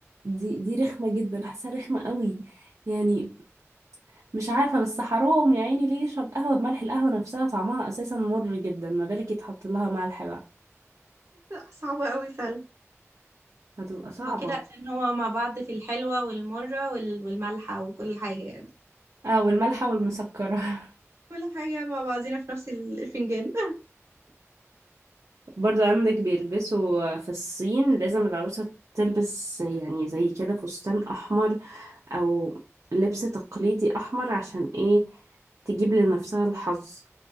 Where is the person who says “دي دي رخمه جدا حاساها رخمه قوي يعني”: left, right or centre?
Right